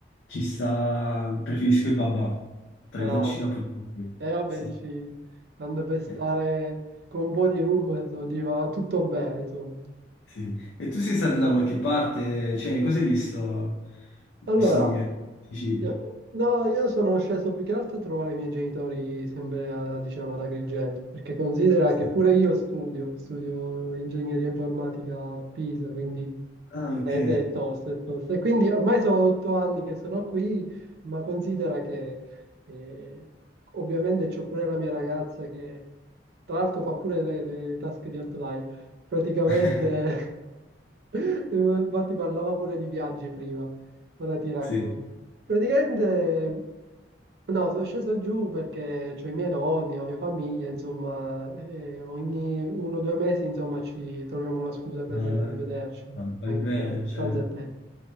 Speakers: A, on the left; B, on the right.
A: ci sta, preferisco il babà, tra
B: Ah.
A: i dolci napoletani.
B: E vabbè,
A: Sì.
B: dici, tanto per stare
A: Eh,
B: con un po' di rum, so, di- va tutto bene, insomma.
A: sì. E tu sei stato da qualche parte? Cioè, cosa hai visto
B: Allora,
A: questo weekend in Sicilia?
B: io- no, io sono sceso più che altro a trovare i miei genitori sempre, a- diciamo, ad Agrigento, perché considera
A: Sì.
B: che pure io studio, studio ingegneria informatica a Pisa, quindi
A: Ah, ok.
B: È, è tosta, è tosta. E Quindi ormai sono otto anni che sono qui, ma considera che eh, ovviamente c'ho pure la mia ragazza che tra l'altro fa pure le, le tasche di Outlier. Praticamente,
A: <laughs>
B: <laughs> infatti parlava pure di viaggi prima, ora ti racconto.
A: Sì,
B: Praticamente, no, sono sceso giù perché c'ho i miei nonni, la mia famiglia, insomma, e ogni uno o due mesi, insomma, ci troviamo una scusa per
A: no,
B: eh,
A: dai,
B: vederci,
A: ma fai
B: anche
A: bene,
B: che la distanza
A: cioè,
B: è tanta.